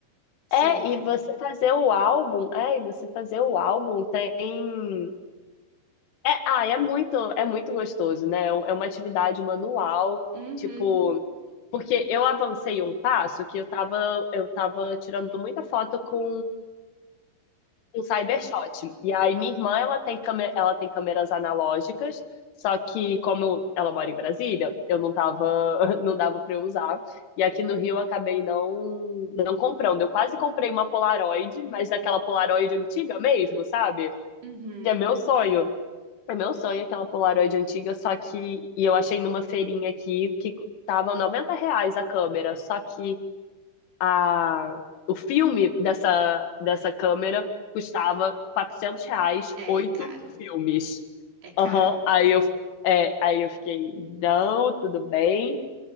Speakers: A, on the right; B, on the left.
A: Sempre.
B: É, e você fazer o álbum, é, e você fazer o álbum tem. É, ah, é muito, é muito gostoso, né? É um, é uma atividade manual,
A: Uhum.
B: tipo, porque eu avancei um passo que eu tava, eu tava tirando muita foto com um Cybershot. E aí minha irmã, ela tem câmera, ela tem câmeras analógicas, só que como ela mora em Brasília, eu não tava, <laughs> não dava para eu usar. E aqui no Rio eu acabei não não comprando. Eu quase comprei uma Polaroid, mas aquela Polaroid antiga mesmo, sabe?
A: Uhum.
B: Que é meu sonho. É meu sonho aquela Polaroid antiga, só que e eu achei numa feirinha aqui que tava 90 reais a câmera, só que a, o filme dessa, dessa câmera custava 400 reais,
A: É
B: oito
A: caro.
B: filmes.
A: É caro.
B: Aham, Aí eu, é, aí eu fiquei, não, tudo bem.